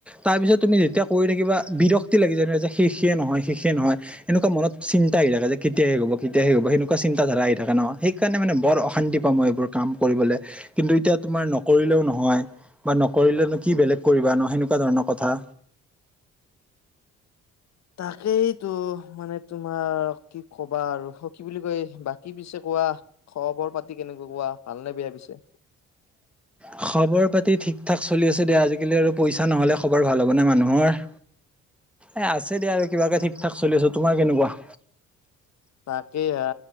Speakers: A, in the centre; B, on the left.
A: তাৰপিছত তুমি যেতিয়া কৰি থাকিবা বিৰক্তি লাগি যয় ন শেষে নহয় শেষে নহয়। এনেকুৱা মনত চিন্তা আহি থাকে যে কেতিয়া, হে হ'ব। কেতিয়া সে হ'ব, সেনেকুৱা চিন্তাধাৰা আহি থাকে ন সেইকাৰণে মানে বৰ অশান্তি পাওঁই এইবোৰ কাম কৰিবলৈ কিন্তু এতিয়া তোমাৰ নকৰিলেও নহয় বা, নকৰিলেনো কি বেলেগ কৰিবা ন সেনেকুৱা ধৰণৰ কথা।
B: তাকেইটো মানে তোমাৰ, কি কবা আৰু কি বুলি কয় বাকী পিছে কোৱা। খবৰ পাতি কেনেকুৱা কোৱা, ভালনে বেয়া পিছে?
A: খবৰ পাতি ঠিক ঠাক চলি আছে দিয়া, আজিকালি আৰু পইচা নহ'লে খবৰ ভাল হ'ব নে মানুহৰ। এ আছে দিয়া আৰু কিবাকে ঠিক ঠাক চলি আছো, তোমাৰ কেনেকুৱা?
B: তাকে হা,